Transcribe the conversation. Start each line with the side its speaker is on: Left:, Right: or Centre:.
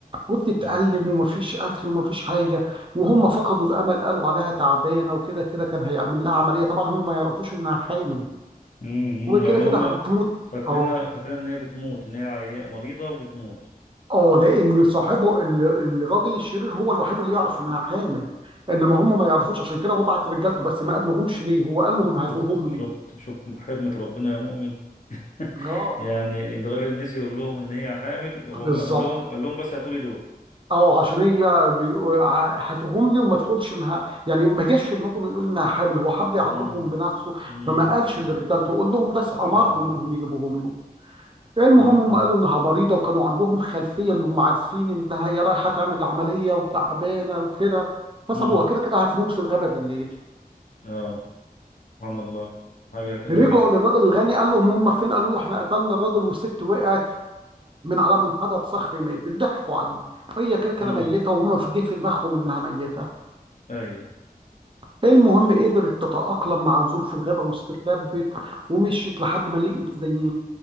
Right: وبتتألم
Left: مم.
Right: ومفيش اكل ومفيش حاجه وهم فقدوا الامل قالوا عليها تعبانه وكده كده كان هيعمل لها عمليه طبعا هم ما يعرفوش انها حامل
Left: مم.
Right: وكده
Left: يعني
Right: كده
Left: هم
Right: هتموت
Left: فاكرينها
Right: اه
Left: فاكرين إن هي بتموت إن هي عيا- مريضة وبتموت
Right: اه لان صاحبه ال- الراجل الشرير هو الوحيد اللي يعرف انها حامل انما هم ما يعرفوش عشان كده هو بعت رجالته بس ما قال لهمش ليه هو قال لهم هاتوهم
Left: شفت شفت
Right: لي
Left: شفت حكمة ربنا يا مؤمن <laughs>
Right: اه
Left: يعني الراجل نسي يقول لهم ان هي حامل هو
Right: بالظبط
Left: ما قال لهم قال لهم بس هاتولي دول
Right: اه عشان هي بيقو- ع- هاتوهم لي وما تقولش انها يعني ما جاش في دماغه انه يقول انها حامل هو حب يعاقبهم
Left: امم
Right: بنفسه
Left: امم
Right: فما قالش لرجالته قول لهم بس
Left: سبحان
Right: امرهم
Left: الله
Right: انهم يجيبوهم له المهم
Left: امم
Right: هم قالوا انها مريضه وكانوا عندهم خلفيه انهم عارفين انها هي رايحه تعمل عمليه وتعبانه وكده فسابوها
Left: امم
Right: كده كده هتموت في الغابه بالليل
Left: اه سبحان الله حاجة كده
Right: رجعوا
Left: غير
Right: للراجل الغني قال لهم هم فين قالوا له احنا قتلنا الراجل والست وقعت من على منحدر صخري ماتت ضحكوا عليه هي كده كده
Left: امم
Right: ميته وهم في جه في دماغهم انها ميته
Left: ايوه
Right: المهم قدرت تتأقلم مع ظروف الغابة واستخبت ومشيت لحد ما لقيت زي